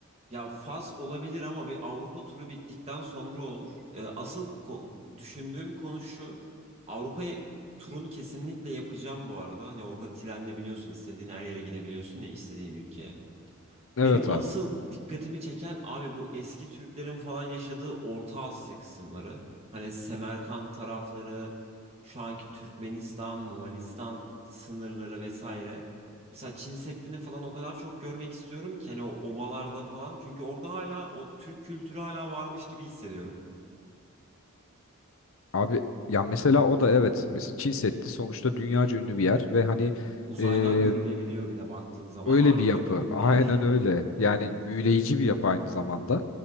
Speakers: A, on the right (about 30°); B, on the left (about 60°).
A: Ya Fas olabilir ama bir Avrupa turu bittikten sonra olur. Ee, asıl ko- düşündüğüm konu şu. Avrupa turunu kesinlikle yapacağım bu arada. Hani orada trenle biliyorsun istediğin her yere gidebiliyorsun ya istediğin ülkeye.
B: Evet
A: Benim
B: abi.
A: asıl dikkatimi çeken abi bu eski Türklerin falan yaşadığı Orta Asya kısımları. Hani Semerkant tarafları, şu anki Türkmenistan, Moğolistan sınırları vesaire. Mesela Çin Seddi'ni falan o kadar çok görmek istiyorum ki hani o obalarda falan. Çünkü orada hala o Türk kültürü hala varmış gibi hissediyorum.
B: Abi ya mesela o da evet. Mesela Çin Seddi sonuçta dünyaca ünlü bir yer ve hani
A: Uzaydan
B: e,
A: görülebiliyor bir de baktığın zaman
B: öyle
A: harika
B: bir yapı.
A: büyük
B: <laughs> Aynen
A: bir yer.
B: öyle. Yani büyüleyici bir yapı aynı zamanda.